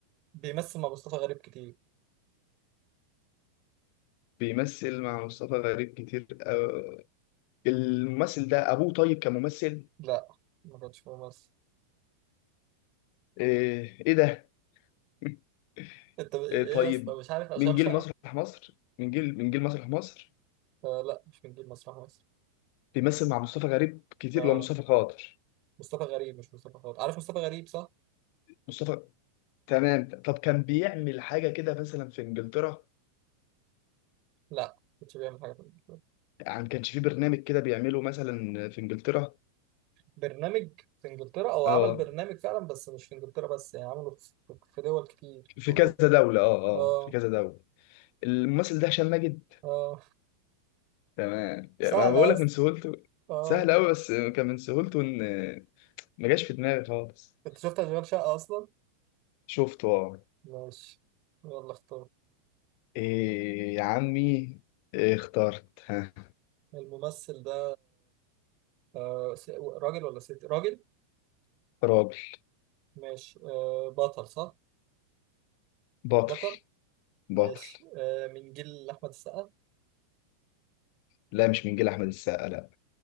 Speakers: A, on the right; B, on the left.
A: بيمثل مع مصطفى غريب كتير
B: بيمثل مع مصطفى غريب كتير آه. الممثل ده ابوه طيب كممثل
A: لا ما كانش ممثل
B: ايه, إيه ده <laughs>
A: انت ب... ايه
B: إيه طيب
A: يا اسطى مش عارف اشغال
B: من جيل
A: شقه
B: مسرح مصر من جيل من جيل مسرح مصر
A: آه لا مش من جيل مسرح مصر
B: بيمثل مع مصطفى غريب كتير
A: اه
B: اللي هو مصطفى خاطر
A: مصطفى غريب مش مصطفى خاطر عارف مصطفى غريب صح
B: مصطفى تمام طب كان بيعمل حاجة كده مثلا في انجلترا
A: لا كنتش بيعمل حاجه في
B: يعني كانش في برنامج كده بيعمله مثلا في انجلترا
A: برنامج في انجلترا او
B: اه
A: عمل برنامج فعلا بس مش في انجلترا بس يعني عمله في في دول كتير في
B: في
A: اوروبا
B: كذا دولة اه
A: اه
B: اه في كذا دولة الممثل ده هشام ماجد
A: اه
B: تمام
A: سهلة
B: يعني ما بقول لك
A: اصلا
B: من سهولته
A: اه
B: سهل قوي بس كان من سهولته ان ما جاش في دماغي خالص
A: انت شفت اشغال شقة اصلا
B: شفته اه
A: ماشي يلا اختار
B: إيه يا عمي إيه اخترت ها
A: الممثل ده آه س- راجل ولا ست راجل
B: راجل
A: ماشي آه بطل صح
B: بطل
A: بطل
B: بطل
A: ماشي آه من جيل احمد السقا
B: لا مش من جيل احمد السقا لا